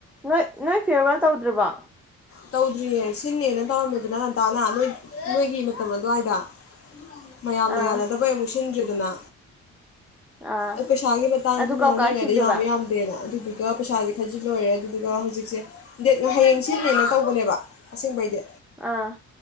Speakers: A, in the centre; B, on the left.
A: ꯅꯣꯏ ꯅꯣꯏ ꯐꯤꯔꯋꯦꯜ ꯇꯧꯗ꯭ꯔꯤꯕꯣ
B: ꯇꯧꯗ꯭ꯔꯤꯌꯦ ꯁꯤꯟꯅꯦꯅ ꯇꯧꯔꯝꯃꯦꯗꯅ ꯉꯟꯇꯥꯅ ꯅꯣꯏ ꯅꯣꯏꯒꯤ ꯃꯇꯝ ꯑꯗꯨꯋꯥꯏꯗ ꯃꯌꯥꯝꯅ
A: ꯑꯥ
B: ꯌꯥꯅꯗꯕꯩ ꯑꯃꯨꯛ ꯁꯤꯟꯗ꯭ꯔꯤ ꯀꯤꯅ
A: ꯑꯥ
B: ꯑ ꯄꯩꯁꯥꯒꯤ ꯃꯇꯥꯡꯁꯨ
A: ꯑꯗꯨ ꯀꯔꯝ
B: ꯉꯥꯡꯅꯔꯤꯉꯩꯗ
A: ꯀꯥꯟ ꯁꯤꯟꯗꯣꯏꯕ
B: ꯌꯥꯝꯃꯦ ꯌꯥꯝꯗꯦꯅ ꯑꯗꯨꯗꯨ ꯄꯁꯥꯖ ꯐꯁꯨ ꯂꯣꯏꯔꯦ ꯑꯗꯨꯗꯨꯒ ꯍꯧꯖꯤꯛ ꯁꯦ ꯗꯦꯠ ꯍꯌꯦꯡꯁꯦ ꯃꯦꯅꯣ ꯇꯧꯕꯅꯦꯕ ꯑꯁꯦꯡꯕꯩ ꯗꯤ
A: ꯑꯥ